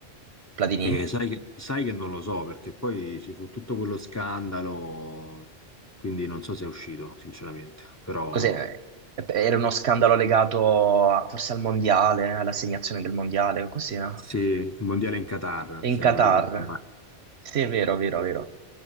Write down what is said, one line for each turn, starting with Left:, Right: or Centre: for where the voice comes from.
Right: Platini?
Left: E sai, che- sai che non lo so perché poi ci fu tutto quello scandalo, quindi non so se è uscito, sinceramente. Però
Right: Cos'è? Era uno scandalo legato a- forse al mondiale, all'assegnazione del mondiale, così, no?
Left: sì, il mondiale in Qatar,
Right: in
Left: se
Right: Qatar.
Left: non ricordo male.
Right: Sì, è vero, vero, vero.